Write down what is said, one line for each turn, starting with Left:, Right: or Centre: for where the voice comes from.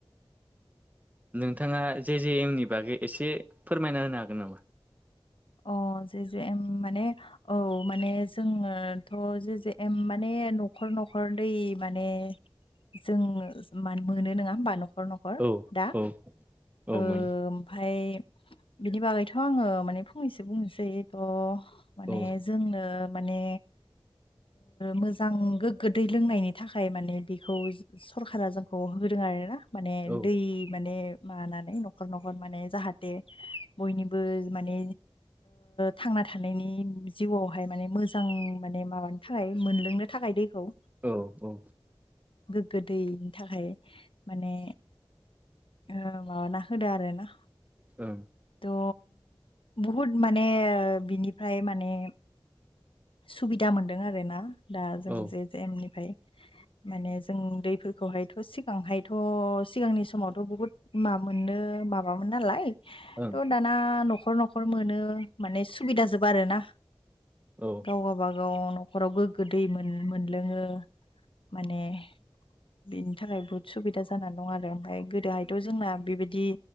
Right: नोंथाङा जे जे एम नि बागै एसे फोरमायना होनो हागोन नामा?
Left: अ जा जख माने औ माने जोङोथ' जे जे माने न'खर न'खर दै माने जोंङ म मोनो नङा होमबा न'खर नखर न'खर
Right: औ
Left: दा
Right: औ औ
Left: ओमफाय
Right: माने
Left: बिनि बागैथ' आङो माने फंनैसो बुंनोसै थ' माने
Right: औ
Left: जोंनो माने मोजां गोगोद दै लोंनायनि थाखाय माने बेखौ। सरखारारा जोंखौ होोदों आर ना माने
Right: औ
Left: दै। माने माबानानै न'खर न'खर माने जाहाथे बयनिबो माने। थांना थानायनि जिउआवहाय माने मोजां माने माब थाखाय मोनलोंनो थाखाय दैखौ।
Right: औ औ।
Left: गोग्गो दैनि थाखाय माने माबाना होदो आरो ना
Right: <unintelligible>
Left: थ' बहुद माने बिनिफ्राय माने। सुबिदा मोनदों आरो ना दा जों
Right: औ
Left: जे जमनिफ्राय माने जों दैफोरखौहायथ' सिगांहायथ' सिगांनि समाव'। थ' बुहुत मा मोननो माबामोन नालाय
Right: ओं
Left: थ' दाना न'खर न'खर। न'खर मोनो माने सुबिदा जोब आरो ना।
Right: औ।
Left: गाव गावाबागाव न'खराव गोग्गो दै मोनलोङो माने। बेनि थाखाय बहुत सुबिदा जानानै दं आरो ओमफ्राय गो दहायथ' जोंना बेबायदि